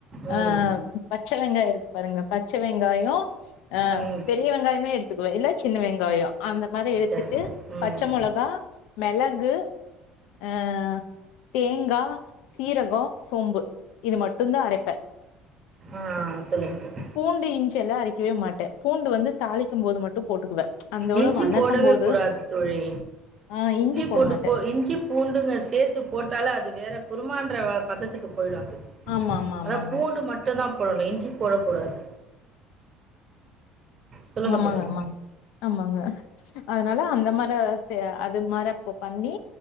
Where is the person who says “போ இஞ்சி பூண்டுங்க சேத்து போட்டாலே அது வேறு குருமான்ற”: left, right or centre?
Right